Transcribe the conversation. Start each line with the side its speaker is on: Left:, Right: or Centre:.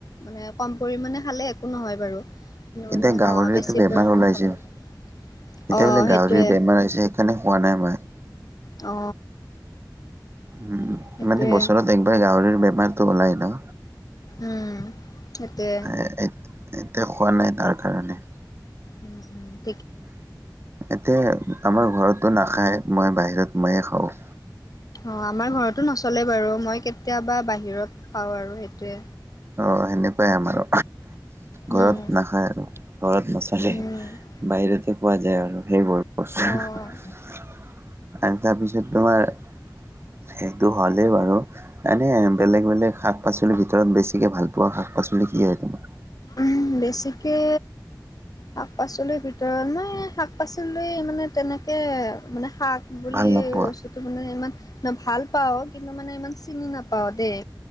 Left: মানে কম পৰিমণে খালে- একো নহয় বাৰু কিন্তু মানে
Right: এতিয়া গাহৰিতো
Left: বেছি
Right: বেমাৰ
Left: পৰিমান
Right: ওলাইছে
Left: খাৱ নালাগে।
Right: এতিয়া
Left: অ
Right: বোলে
Left: সেইটোৱে
Right: গাহৰি, বেমাৰ আহিছে সেইকাৰণে হোৱা নাই মই
Left: অ,
Right: উম
Left: সেইটোৱে
Right: মানে বছৰত একবাৰ গাহৰিৰ বেমাৰতো ওলাই ন
Left: উম সিহঁতে
Right: এ এতিয়া খোৱা নাই তাৰ কাৰণে-
Left: ওম ওম
Right: এতিয়া আমাৰ ঘৰতো নাখায় মই বাহিৰত ময়ে খাওঁ।
Left: অ আমাৰ ঘৰতো নচলেই বাৰু, মই কেতিয়াবা বাহিৰত খাওঁ আৰু সেইটোৱে।
Right: অ সেনেকুৱাই আমাৰো,
Left: উম
Right: ঘৰত নাখায় আৰু। ঘৰত নচলে
Left: উম
Right: বাহিৰতে খোৱা যায় আৰু সেইবোৰ বস্তু।
Left: উম অ
Right: আৰু তাৰপিছত তোমাৰ সেইটো হ'লেই বাৰু এনেই বেলেগ বেলেগ শাক পাচলিৰ ভিতৰত বেছি বেছিকে ভাল পোৱা শাক পাচলি কি হয় তোমাৰ?
Left: উম বেছিকে শাক পাচলিৰ ভিতৰত মই শাক পাচলি মানে তেনেকে মানে শাক বুলি
Right: ভাল নোপোৱা
Left: বস্তুটো মানে ইমান ভাল পাওঁ, কিন্তু মানে ইমান চিনি নাপাও দেই।